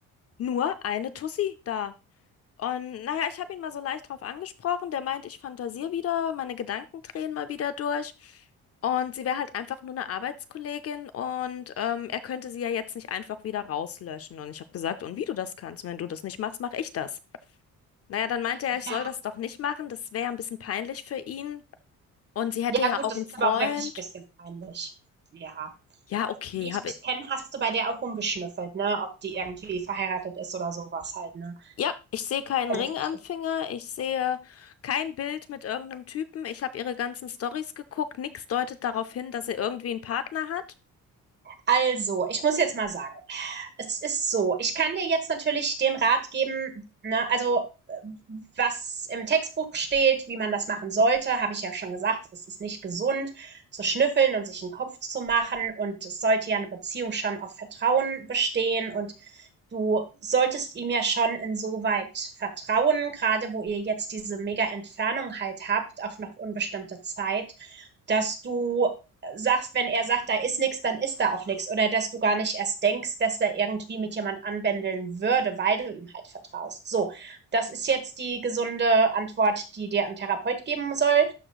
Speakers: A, on the left; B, on the right.
A: nur eine Tussi da Und naja, ich habe ihn mal so leicht drauf angesprochen. Der meint, ich fantasiere wieder, meine Gedanken drehen mal wieder durch. Und sie wäre halt einfach nur eine Arbeitskollegin und ähm, er könnte sie ja jetzt nicht einfach wieder rauslöschen. Und ich habe gesagt, und wie du das kannst, wenn du das nicht machst, mache ich das. Naja, dann meinte er,
B: Ja.
A: ich soll das doch nicht machen. Das wäre ja ein bisschen peinlich für ihn. Und sie hätte
B: Ja,
A: ja
B: gut,
A: auch
B: das
A: einen
B: ist
A: Freund.
B: aber auch wirklich ein bisschen peinlich. Ja.
A: Ja, okay,
B: Wie ich
A: habe
B: dich kenne, hast du bei der auch rumgeschnüffelt, ne? Ob die irgendwie verheiratet ist oder sowas halt, ne?
A: Ja, ich sehe keinen
B: Wenn
A: Ring
B: ich mich-
A: am Finger, ich sehe kein Bild mit irgendeinem Typen. Ich habe ihre ganzen Stories geguckt, nichts deutet darauf hin, dass sie irgendwie einen Partner hat.
B: Also, ich muss jetzt mal sagen, Es ist so. Ich kann dir jetzt natürlich den Rat geben, ne, also äh, was im Textbuch steht, wie man das machen sollte, habe ich ja schon gesagt, es ist nicht gesund zu schnüffeln und sich einen Kopf zu machen und es sollte ja eine Beziehung schon auf Vertrauen bestehen und du solltest ihm ja schon insoweit vertrauen, gerade wo ihr jetzt diese mega Entfernung halt habt, auf noch unbestimmte Zeit, dass du sagst, wenn er sagt, da ist nichts, dann ist da auch nichts. Oder dass du gar nicht erst denkst, dass er irgendwie mit jemand anbändeln würde, weil du ihm halt vertraust. So, das ist jetzt die gesunde Antwort, die dir ein Therapeut geben soll.